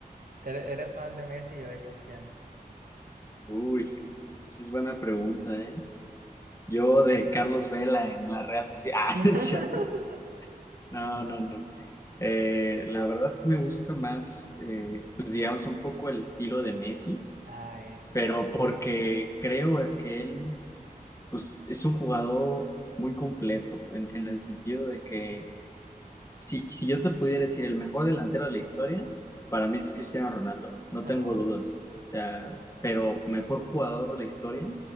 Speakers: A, on the right; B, on the left.
A: ¿Ere- ¿Eres más de Messi o de Cristiano?
B: Uy, esa sí es buena pregunta, ¿eh? Yo de Carlos Vela en la Real Sociedad.
A: <laughs>
B: <laughs> Ah, no es cierto. No, no, no. Eh, la verdad me gusta más, eh, pues digamos, un poco el estilo de Messi,
A: Ah, eso.
B: pero porque creo que él, pues es un jugador muy completo, en, en el sentido de que si, si yo te pudiera decir el mejor delantero de la historia, para mí es Cristiano Ronaldo, no
A: Ajá.
B: tengo dudas. O sea, pero mejor jugador de la historia,